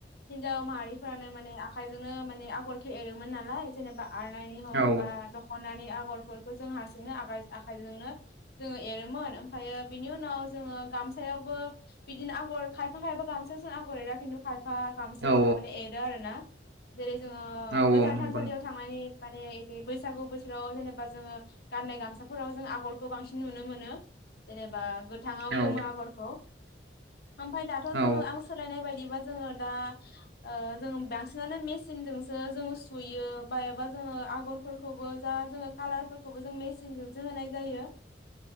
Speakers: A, on the left; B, on the right.
A: हिनजाव माहारिफोरानो माने आखाइजोंनो माने आगरखे एरोमोन नालाय जेनेबा आरनाइनि हक
B: औ
A: मा द'ख नानै आगरफोरखौ जों हारसिंनो आखायजोंनो जोङो एरोमोन ओमफाय बिनि उनाव जों गामसायावबो बिदिनो आगर खायफा खायफा गामसायाव जों आगर एरा खिन्थु खायफा गामसायाव
B: औ
A: माने एरो आरो ना। जेरै जोङो
B: औ
A: गोथार
B: औ नंगौ
A: थानसालियाव
B: नंगौ
A: थांनानै माने बैसागु बोथोर फोराव जेनेबा जोङो गाननाय गामसाफोराव जों आगरखौ बांसिन नुनो मोनो जेनेबा गो गोथाङाव
B: औ
A: गोमो आगरखौ ओमफाय दाथ'
B: औ
A: जोङो आगर सोलायनाय बायदिबा जोङो दा ओ बांसिनानो मेसिनजोंसो जोङो सुयो बा एबा जोङो आगरफोरखौबो जा जोङो कालारफोरखौबो जों मेचिनजोंसो होनाय जायो।